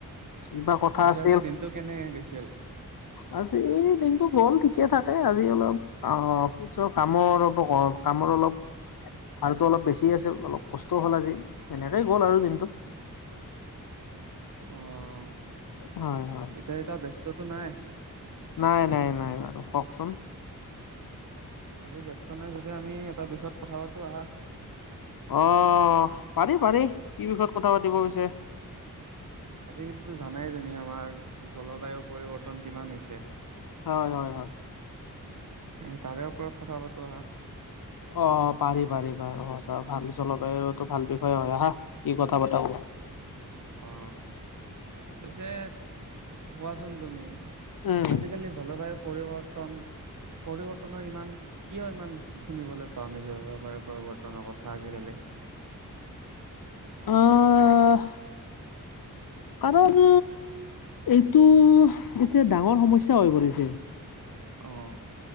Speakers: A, on the left; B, on the right.
A: কিবা কথা
B: পিছে
A: আছিল
B: আজি দিনটো কেনে গৈছিল
A: আজি এই দিনটো গ'ল ঠিকে থাকে আজি অলপ অহ অফিচৰ কামৰ ৰবক <unintelligible> কামৰ অলপ হাৰটো অলপ বেছি আছিল অলপ কষ্ট হ'ল আজি এনেকেই গ'ল আৰু দিনটো
B: অহ
A: হয় হয়
B: এতিয়া এতিয়া ব্যস্ততো নাই
A: নাই নাই নাই বাৰু কওকচোন
B: আজি ব্যস্ত নাই যদি আমি এটা বিষয়ত কথা পাতোঁ আহা
A: অহ পাৰি পাৰি কি বিষয়ত কথা পাতিব পিছে
B: আজিকালিতো জানাই তুমি আমাৰ জলবায়ু পৰিৱৰ্তন কিমান হৈছে
A: হয় হয় হয়
B: এ তাৰে ওপৰত কথা পাতোঁ আহা।
A: অ পাৰি পাৰি বাৰু সঁচা ভাল জলবায়ুতটো ভাল বিষয়ে হয় আহা কি কথা পতা।
B: অ পিছে কোৱাচোন তুমি?
A: উম।
B: আজিকালি জলবায়ু পৰিৱৰ্তন পৰিৱৰ্তনৰ ইমান কিয় ইমান ধুনিবলৈ অহ শুনিছো ৰবা ৰবা বৰ্তমানৰ কথা আজিকালি
A: অহ কাৰণ এইটো এতিয়া ডাঙৰ সমস্যাৰ হৈ পৰিছে।
B: অ',